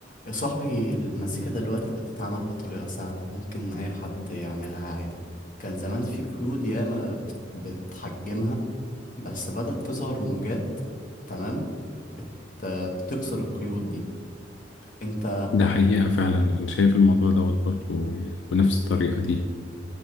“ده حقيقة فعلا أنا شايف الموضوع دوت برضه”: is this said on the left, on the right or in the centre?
Left